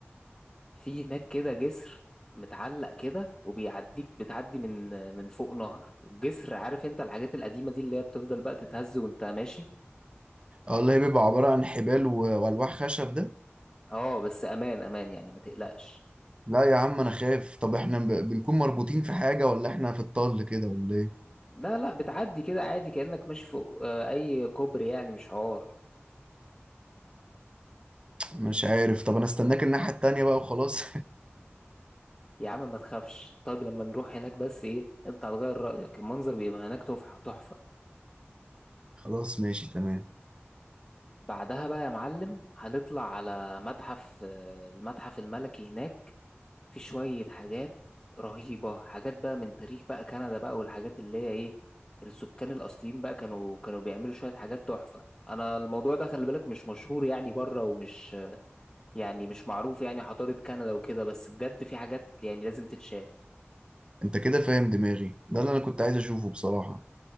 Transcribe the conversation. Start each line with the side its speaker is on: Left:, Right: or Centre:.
Left: في هناك كده جسر متعلق كده وبيعديك بتعدي من آه، من فوق نهر والجسر عارف انت الحاجات القديمة دي اللي هي بتفضل بقى تتهز وانت ماشي
Right: اه والله بيبقى عبارة عن حبال و... والواح خشب ده
Left: اه بس امان امان يعني ما تقلقش
Right: لا يا عم انا خايف طب احنا ب... بنكون مربوطين في حاجة ولا احنا في الطل كده ولا ايه
Left: لا لا بتعدي كده عادي كأنك ماشي فوق آه، اي كوبري يعني مش حوار
Right: مش عارف طب انا استناك الناحية التانية بقى وخلاص
Left: يا عم ما تخافش طيب لما نروح هناك بس ايه انت هتغير رأيك المنظر بيبقى هناك تحفة تحفة
Right: <laughs> خلاص ماشي تمام
Left: بعدها بقى يا معلم هنطلع على متحف آه، المتحف الملكي هناك في شوية حاجات رهيبة حاجات بقى من تاريخ بقى كندا بقى والحاجات اللي هي ايه السكان الأصليين بقى كانوا كانوا بيعملوا شوية حاجات تحفة أنا الموضوع ده خلي بالك مش مشهور يعني بره ومش يعني مش معروف يعني حضارة كندا وكده بس بجد في حاجات يعني لازم تتشاف
Right: انت كده فاهم دماغي ده اللي انا كنت عايز اشوفه بصراحة